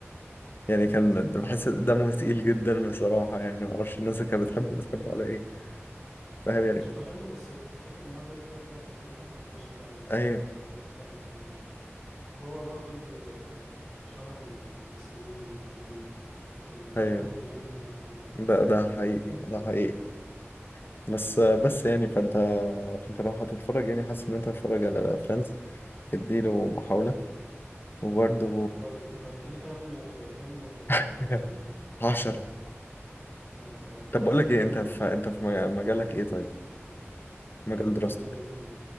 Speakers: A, on the left; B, in the centre.
A: يعني
B: <laughs>
A: كان
B: بصراحة
A: بحس دمه تقيل جدا بصراحه يعني ما اعرفش الناس اللي كانت بتحبه بتحبه على ايه فاهم
B: انا ما
A: يعني
B: كنتش
A: كنت
B: بحبه بس كنت فاكر ان هو كان جه في فتره كده كان منتشر قوي الصراحه
A: ايوه
B: الناس كلها كانت بتتفرج عليه وهو برضو اللي اللي شهر الممثلين اللي كانوا فيه يعني كلهم
A: ايوه
B: بدايتهم كانت في ال...
A: ده ده حقيقي
B: في ال-
A: ده حقيقي بس آه، بس يعني فانت فانت لو هتتفرج يعني حاسس ان انت هتتفرج على فريندز اديله محاوله وبرده
B: انت قلت أنت قلت لي كام كام
A: <laughs>
B: موسم
A: عشرة
B: يا نهار ابيض
A: طب
B: 10
A: بقول لك ايه
B: كتير
A: انت
B: قوي
A: في انت في مجالك ايه طيب مجال
B: انا مجالي
A: دراستك
B: اي تي